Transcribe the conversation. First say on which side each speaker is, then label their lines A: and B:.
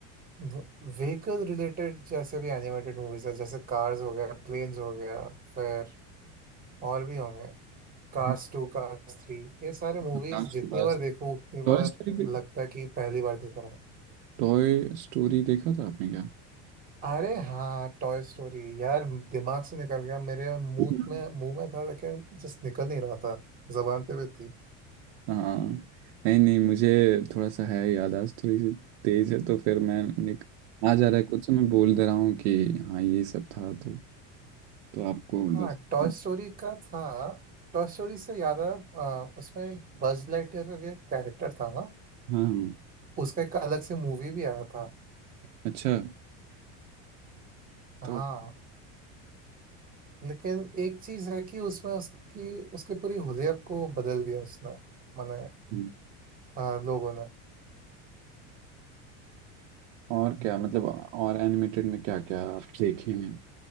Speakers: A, on the right; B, on the right.
A: व्हीकल रिलेटेड जैसे भी एनिमेटेड मूवीज है जैसे कार्स हो गया प्लेन्स हो गया फिर और भी होंगे Cast
B: हाँ
A: टू cast थ्री ये सारे मूवीज
B: आकाश
A: जितनी
B: टू पास,
A: बार देखो उतनी
B: टॉय
A: बार
B: स्टोरी,
A: लगता है कि पहली बार देख रहा हूँ
B: टॉय स्टोरी देखा था आपने क्या
A: अरे हाँ टॉय स्टोरी यार दिमाग से निकल गया मेरे मुंह
B: <laughs> हम्म।
A: में मुंह में था लेकिन जस्ट निकल नहीं रहा था जबान पे भी थी
B: हाँ नहीं नहीं मुझे थोड़ा सा है याददाश्त थोड़ी सी तेज है तो फिर मैं निक आ जा रहा है कुछ मैं बोल दे रहा हूँ कि हाँ ये सब था तो तो आपको
A: हाँ
B: बस
A: टॉय
B: याद-
A: स्टोरी का था टॉय स्टोरी से याद आया अ, उसमें एक बज लाइटयर का कैरेक्टर था ना
B: हाँ हाँ,
A: उसका एक अलग से मूवी भी आया था
B: अच्छा
A: हाँ
B: तो
A: लेकिन एक चीज है कि उसमें उसकी उसकी पूरी हुलिया को बदल दिया उसने मैंने
B: हम्म,
A: आ, लोगों ने
B: और क्या मतलब और एनिमेटेड में क्या क्या आप देखे हैं